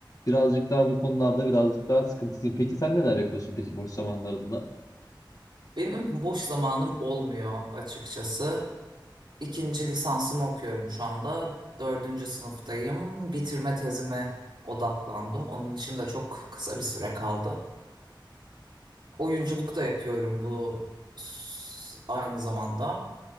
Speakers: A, on the left; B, on the right.
A: birazcık daha bu konularda birazcık daha sıkıntılıyım peki sen neler yapıyorsun peki boş zamanlarında?
B: Benim boş zamanım olmuyor açıkçası. İkinci lisansımı okuyorum şu anda. Dördüncü sınıftayım. Bitirme tezime odaklandım. Onun için de çok kısa bir süre kaldı. Oyunculuk da yapıyorum bu s- aynı zamanda.